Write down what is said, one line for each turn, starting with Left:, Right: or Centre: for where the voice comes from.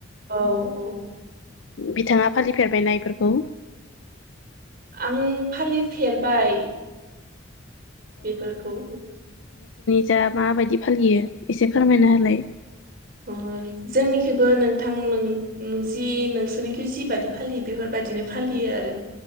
Right: औ औ
Left: बिथाङा फालिफेरबायना इफोरखौ
Right: आं फालिफेरबाय बेफोरखौ
Left: दा माबायदि फालियो एसे फोरमायना होलाय
Right: उम जोंनिखिबो नोंथां नों-नोंजि नोंसोरनिखि जिबायदि फालियो बेफोरबायदिनो फालियो आरो